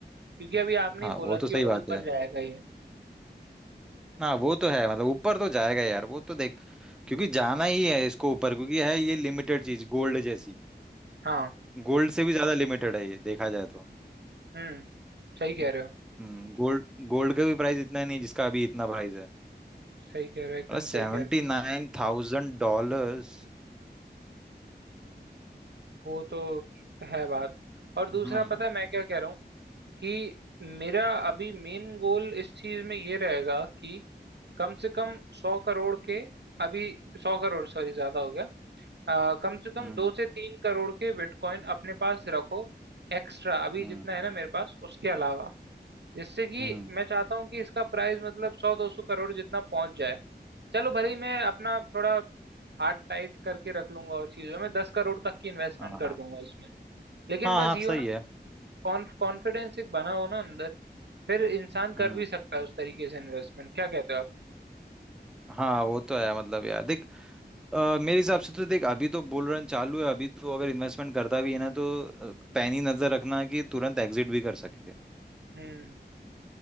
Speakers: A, on the right; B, in the centre.
A: क्योंकि अभी आपने
B: हाँ
A: ही बोला
B: वो तो
A: कि
B: सही
A: और
B: बात
A: ऊपर
B: है
A: जाएगा ये
B: ना वो तो है मतलब ऊपर तो जाएगा यार वो तो देख क्योंकि जाना ही है इसको ऊपर क्योंकि है ये लिमिटेड चीज गोल्ड जैसी
A: हाँ
B: गोल्ड से भी ज्यादा लिमिटेड है ये देखा जाए तो
A: हम्म सही कह
B: हम्म
A: रहे हो
B: गोल्ड गोल्ड का भी प्राइस इतना नहीं है जिसका अभी इतना प्राइस है
A: सही कह रहे हो एकदम
B: मतलब सेवेंटी
A: सही कह रहे हो
B: नाइन थाउजेंड डॉलर्स
A: वो तो है बात और दूसरा
B: हाँ
A: पता है मैं क्या कह रहा हूँ कि मेरा अभी मेन गोल इस चीज में ये रहेगा कि कम से कम सौ करोड़ के अभी सौ करोड़ सॉरी ज्यादा हो गया अ, कम से कम
B: हम्म
A: दो से तीन करोड़ के बिटकॉइन अपने पास रखो एक्स्ट्रा अभी
B: हम्म
A: जितना है ना मेरे पास उसके अलावा जिससे कि
B: हम्म
A: मैं चाहता हूँ कि इसका प्राइस मतलब सौ दो सौ करोड़ जितना पहुंच जाए चलो भले ही मैं अपना थोड़ा हार्ट टाइट करके रख लूंगा और चीजों में दस करोड़ तक की इन्वेस्टमेंट
B: हाँ
A: कर दूंगा लेकिन
B: हाँ
A: बस
B: हाँ
A: ये हो
B: सही
A: ना
B: है
A: कॉन्फिडेंस एक बना हो ना अंदर फिर इंसान
B: हम्म
A: कर भी सकता है उस तरीके से इन्वेस्टमेंट क्या कहते हो आप
B: हाँ वो तो है मतलब यार देख अ, मेरे हिसाब से तो देख अभी तो बुल रन चालू है अभी तो अगर इन्वेस्टमेंट करता भी है ना तो अ, पैनी नजर रखना कि तुरंत एग्जिट भी कर सके
A: हम्म